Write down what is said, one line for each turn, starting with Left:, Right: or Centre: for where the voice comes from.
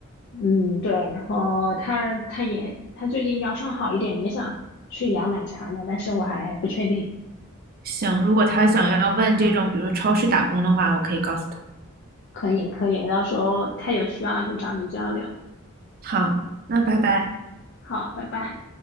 Left: 嗯，对。然后他他也他最近腰伤好一点，也想去养奶茶呢，但是我还不确定。
Right: 行，如果她想要问这种，比如超市打工的话，我可以告诉她。
Left: 可以可以，到时候他有需要就找你交流。
Right: 好，那拜拜。
Left: 好，拜拜。